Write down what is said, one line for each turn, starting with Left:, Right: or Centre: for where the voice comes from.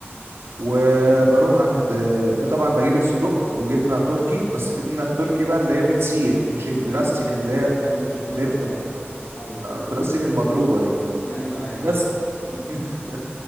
Right: وبروح عند وطبعا بجيب الصدوق وجبنه تركي بس الجبنه التركي بقى اللي هي بتسيح مش البلاستيك
Left: ايوه
Right: اللي هي
Left: ايوه مش البلاستيك
Right: اللي هي بتحط
Left: اه ايوه
Right: البلاستيك المضروبه دي
Left: <laughs> ايوه ايوه
Right: بس <laughs>
Left: مم.